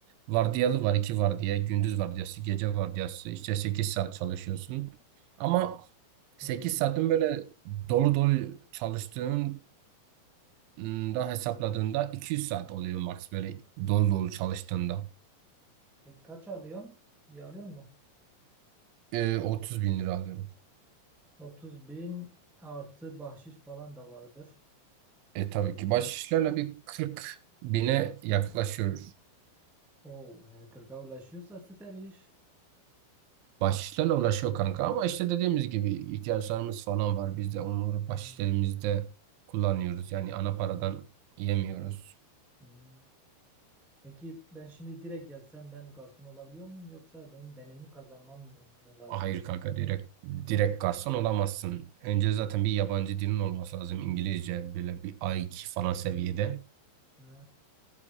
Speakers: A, on the right; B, in the centre.
A: vardiyalı var, iki vardiya, gündüz vardiyası, gece vardiyası. İşte 8 saat çalışıyorsun. Ama sekiz
B: Hmm.
A: saatin böyle dolu dolu çalıştığın ım, da hesapladığında 200 saat oluyor max böyle dolu dolu çalıştığında.
B: Peki kaç alıyorsun? İyi alıyor mu?
A: Ee, 30 bin lira alıyorum.
B: otuz bin artı bahşiş falan da vardır.
A: E tabii ki baş bir kırk bine yaklaşıyor.
B: Oo, yani 40'a ulaşıyorsa süper iş.
A: Bahşişlerle uğraşıyor kanka ama işte dediğimiz gibi ihtiyaçlarımız falan var. Biz de onları
B: Ha.
A: bahşişlerimizde kullanıyoruz. Yani ana paradan yemiyoruz.
B: Hmm. Peki ben şimdi direkt gelsem ben garson olabiliyor muyum yoksa benim deneyimi kazanmam mı lazım?
A: Hayır kanka direkt direkt garson olamazsın. Önce zaten bir yabancı dilin olması lazım. İngilizce böyle bir a iki falan seviyede.
B: Ha,